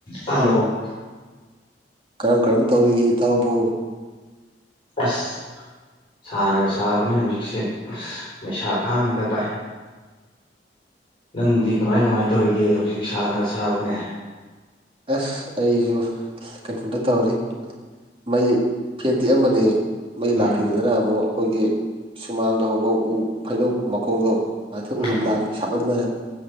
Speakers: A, on the left (about 30°); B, on the right (about 30°).
A: hello
B: ꯀꯔꯝ ꯀꯔꯝ ꯇꯧꯔꯤꯒꯦ ꯏꯇꯥꯎꯕꯨ
A: ꯑꯁ ꯁꯥꯅꯒ ꯁꯥꯕꯅꯤ ꯍꯧꯖꯤꯛꯁꯦ ꯑꯁ ꯃꯩꯁꯥ ꯈꯥꯡꯉꯤꯗ ꯚꯥꯏ ꯅꯪꯗꯤ ꯀꯃꯥꯏ ꯀꯃꯥꯏ ꯇꯧꯔꯤꯒꯦ ꯍꯧꯖꯤꯛ ꯁꯥꯅꯒ ꯁꯥꯕꯅꯦ
B: ꯑꯁ ꯑꯩꯁꯨ ꯀꯩꯅꯣꯗ ꯇꯧꯔꯤ ꯃꯩ ꯐꯦꯟ ꯇꯤꯛꯑꯝꯕꯅꯦ ꯃꯩ
A: ꯎꯝ
B: ꯂꯥꯛꯈꯤꯗꯗꯅ ꯑꯃꯨꯛ ꯑꯩꯈꯣꯏꯒꯤ ꯁꯨꯃꯥꯡꯗ ꯍꯧꯕ ꯎ ꯍꯩꯅꯧ ꯃꯈꯣꯡꯗꯣ ꯑꯗ ꯎꯔꯨꯝ
A: ꯎꯝ
B: ꯂꯥꯡꯉꯤ ꯁꯥꯃꯟꯗꯅ